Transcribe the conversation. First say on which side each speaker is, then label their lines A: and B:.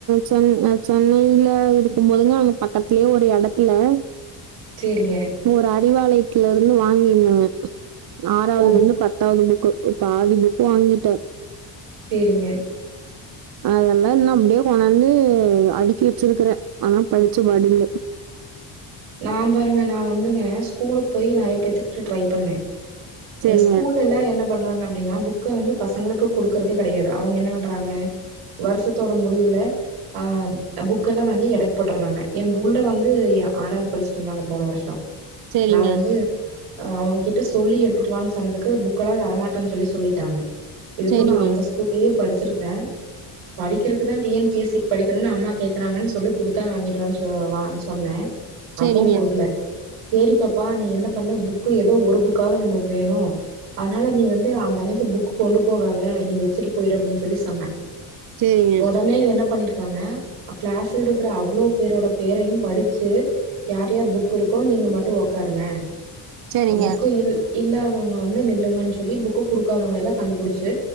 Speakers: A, on the right; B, on the right.
A: சென் அ சென்னையில இருக் கும்போதெல்லா அங்க பக்கத்லியே ஒரு எடத்துல
B: சேரிங்க
A: ஒரு அறிவாளயத்ல இருந்து வாங்கிருந்தாங்க ஆறாவ்லந்து
B: ஓ புக்
A: பத் தாவது புக்கு பாதி புக்கு வாங்கிட்ட
B: சேரிங்க
A: அதெல்லா இன்னு அப்டே கொண்டாந்து அடிக்கி வெச்சிருக்குறே ஆனா படிச்ச பாடில்ல
B: நா பாருங்க நா வந்துங்க ஸ்கூலுக் போய் நெறைய பேத்துக்கிட்ட ட்ரை பண்ண
A: சரிங்க,
B: அ ஸ்கூலெல்லா என்ன பண்றாங்க அப்டினா புக்க வந்து பசங்களுக்கு குடுக்கறதுே கெடையாது அவங்க என்ன பண்றாங்க வருஷத்தோட முடிவுல ஆ புக்கெல்லா வாங்கி எடைக் போட்டுறாங்க எ புள்ள வந்து ஆறாவ்து படிச்ட்ருந்தாங்க போன வருஷோ
A: சரிங்க,
B: நா வந்து அ அவங் கிட்ட சொல்லி எடுத்துட்டுவான் சொன்னதுக்கு புக்கெல்லா தரமாட்டேன் சொல்லி சொல்லிட்டாங்க இதுக்கு
A: சரிங்க,
B: நா அந்த ஸ்கூல்லயே படிச்சிருக்கிறே படிக்கிறக்குதா T N P S sick படிக்கணுன் அம்மா கேக்குறாங்கன் சொல்லி குடுத்தா வாங்கிட்டுவான் சொ வா சொன்னே
A: சரிங்க.
B: அப்பவு குடுக்கல சேரி பாப்பா நீ என்ன பண்ணு புக்கு எதோ ஒரு புக்காவ்து நம்ப்ளுக் வேணு அதனால நீ வந்து அந்த அன்னைக்கு புக் கொண்டு போகாத நீ வெச்சிட்டு போய்ரு அப்டின் சொல்லி சொன்ன
A: சேரிங்
B: உன்னயு என்ன பண்ணிருக்காங்க அ க்ளாஸ்லருக்கிற அவ்ளோ பேரோட பேரையு படிச்சு யார் யார் புக் இருக்கோ நீங்க மட்டு ஒக்காருங்க
A: சரிங்க
B: அ புக்கு இல் இல்லாதவங்க வந்து நில்லுங்கன் சொல்லி புக்கு குடுக்காதவங்களெல்லா கண்டுபுடிச்சி